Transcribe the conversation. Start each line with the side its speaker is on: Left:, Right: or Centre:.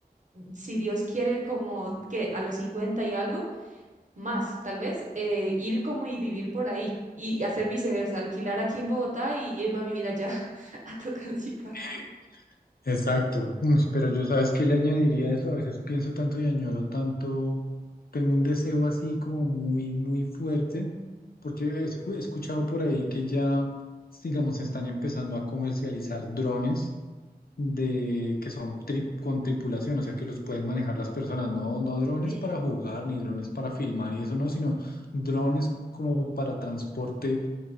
Right: si Dios quiere, como que a los 50 y algo, más, tal vez, eh, ir como y vivir por ahí. Y hacer viceversa, alquilar aquí en Bogotá y irme a vivir allá <laughs> a Tocancipá.
Left: Ujú. Exacto, Uf, pero yo sabes que le añadiría a eso, a veces pienso tanto y añoro tanto, tengo un deseo así como muy, muy fuerte, porque he escu- he escuchado por ahí que ya, digamos, se están empezando a comercializar drones de, que son tri- con tripulación, o sea, que los pueden manejar las personas, no, no drones
Right: Sí,
Left: para jugar, ni drones para filmar y eso no, sino drones como para transporte